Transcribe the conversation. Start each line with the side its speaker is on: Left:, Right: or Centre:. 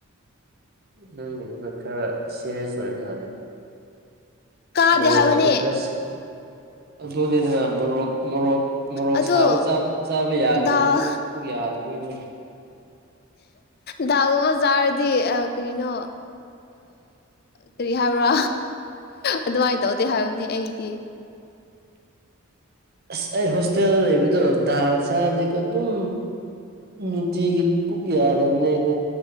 Right: ꯅꯪꯒꯤꯗꯨꯅ ꯈꯔ ꯁꯤꯔꯦꯁ ꯑꯣꯏꯕ ꯃꯥꯂꯦ
Left: ꯀꯥꯗꯦ
Right: ꯃ ꯔꯣꯄꯦꯗꯤ
Left: ꯍꯥꯏꯕꯅꯦ
Right: ꯈ꯭ꯔꯦꯁꯤꯁꯤ ꯑꯗꯨꯅꯤꯗꯅ ꯃꯣꯔꯣꯛ ꯃꯣꯔꯣꯛ꯫ ꯃꯣꯔꯣꯛ
Left: ꯑꯗꯣ
Right: ꯁꯥꯕ ꯆꯥꯕ ꯌꯥꯗꯕꯗꯣ
Left: ꯗꯥꯜ
Right: ꯑꯃ ꯄꯨꯛ ꯌꯥ꯫ ꯑꯗꯨꯅꯦ꯫
Left: ꯗꯥꯥꯛꯒꯨꯝꯕ ꯆꯥꯔꯗꯤ ꯀꯔꯤꯅꯣ ꯀꯔꯤ ꯍꯥꯏꯕ꯭ꯔꯥ ꯑꯗꯨꯃꯥꯏꯅ ꯇꯧꯗꯦ ꯍꯥꯏꯕꯅꯤ ꯑꯩꯗꯤ
Right: ꯑꯁ ꯑꯩ ꯍꯣꯁꯇꯦꯜꯗ ꯂꯩꯕꯗꯣ ꯗꯥꯜ ꯆꯥꯗꯤꯀꯣ ꯑꯗꯨꯝ ꯅꯨꯡꯇꯤꯒꯤ ꯄꯨꯛ ꯌꯥꯗꯕꯅꯤ ꯑꯗꯣ